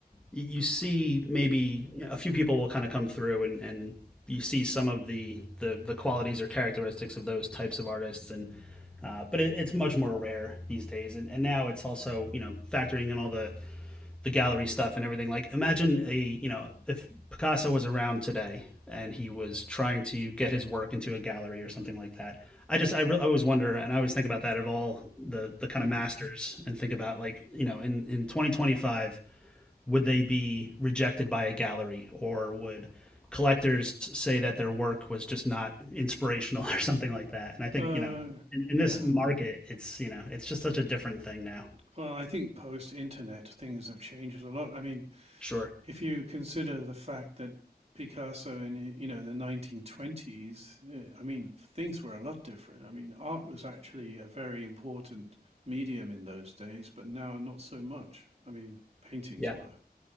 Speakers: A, in the centre; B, on the right.
A: y- you see maybe you know, a few people will kind of come through and and you see some of the the the qualities or characteristics of those types of artists and uh, but it, it's much more rare these days and, and now it's also you know factoring in all the the gallery stuff and everything. Like imagine a you know if Picasso was around today and he was trying to get his work into a gallery or something like that. I just I, re- I always wonder and I always think about that of all the the kind
B: Hmm.
A: of masters and think about like you know in in 2025 would they be rejected by a gallery or would collectors say that their work was just not inspirational <laughs> or something like that and I think
B: Uh,
A: you know in,
B: yeah.
A: in this market it's you know it's just such a different thing now
B: Well, I think post internet things have changed a lot. I mean,
A: sure
B: if you consider the fact that Picasso in you know the 1920s, uh, I mean things were a lot different. I mean art was actually a very important medium in those days, but now not so much. I mean paintings
A: Yeah,
B: were.